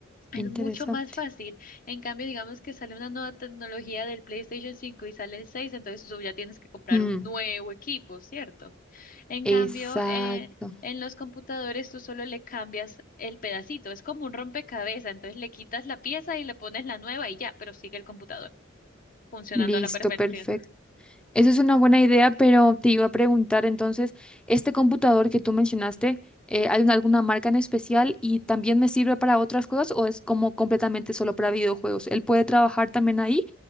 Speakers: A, on the left (about 45°); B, in the centre.
A: es
B: interesante.
A: mucho más fácil. En cambio, digamos que sale una nueva tecnología del PlayStation 5 y sale el 6, entonces tú ya tienes que comprar
B: Mm,
A: un nuevo equipo, ¿cierto? En
B: exacto.
A: cambio, eh, en los computadores tú solo le cambias el pedacito, es como un rompecabezas, entonces le quitas la pieza y le pones la nueva y ya, pero sigue el computador funcionando
B: Listo,
A: a la perfección.
B: perfecto. Eso es una buena idea, pero te iba a preguntar entonces, este computador que tú mencionaste, eh, ¿hay una- alguna marca en especial y también me sirve para otras cosas o es como completamente solo para videojuegos? ¿Él puede trabajar también ahí